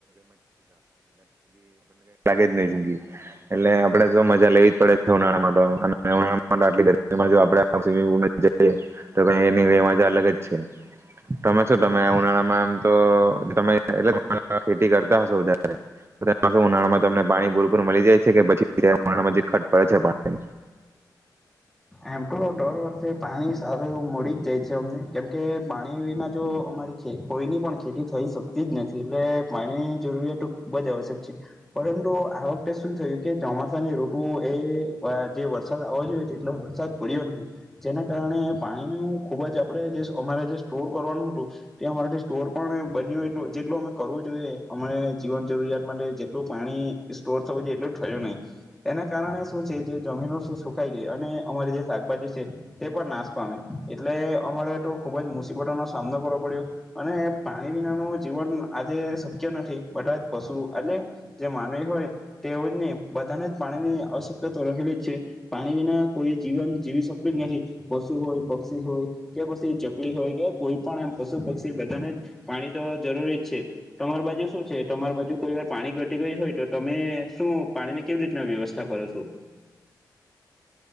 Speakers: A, on the right (about 35°); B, in the centre.
A: જ નહી જગી એટલે આપે તો મજા લેવી જ પડે છે ઉનાળા માટે અને ઉનાળામા આપમુલ તો કની મજા અલગ જ છે. <unintelligible> તમે શું તમે ઉનાળામાં આમ તો તમે એટલે ખેતી કરતા હશો વધારે, ઉનાળામાં તમને પાણી ભૂરપૂર મળી જાય છે કે પછી ઉનાળામાં ખટ પડે છે પાણી?
B: આમ તો દર વર્ષે પાણી સારું એવું મળી જ જાય છે અમને, કેમકે પાણી વિના જો અમારી કોઈની પણ ખેતી થઈ શકતી જ નથી, એટલે પાણીની જરૂરિયાત ખુબ જ આવશ્યક છે, પરંતુ આ વખતે શું થયું કે ચોમાસાની ઋતુ એ જે વરસાદ આવો જોઈએ તેટલો વરસાદ પડ્યો નહી, જેના કારણે પાણીનું ખૂબ જ આપણે જે અમારે જે સ્ટોર કરવાનું હતું, તે અમારાથી સ્ટોર પણ બન્યું એટલ જેટલું અમે કરવું જોઈએ અમે જીવન જરૂરિયાત માટે જેટલું પાણી સ્ટોર થવું જોઈએ એટલું થું નહીં, એના કારણે શું છે જે જમીનો સુખાઈ ગઈ અને અમારી જે શાકભાજી છે, તે પણ નાશ પામે, એટલે અમારે તો ખુબ જ મુસીબતોનો સામનો કરવો પડ્યો, અને પાણી વિના ન જીવન આજે શક્ય નથી, બધા જ પશુ, એટલે જે માનવી હોય તેઓને બધાને જ પાણીની અશક્ય તો રહેલી છે, પાણી વિના કોઈ જીવન જીવી શકતું જ નથી, પશુ હોય પક્ષી હોય કે પછી ચકલી હોય કે કોઈ પણ એમ પશુ પક્ષી બધાને પાણી તો જરૂરી જ છે, તમારી બાજુ શું છે તમારી બાજુ કોઈ વાર પાણી ઘટી ગઈ હોય તો તમે શું પાણીની કેવી રીતના વ્યવસ્થા કરો છો?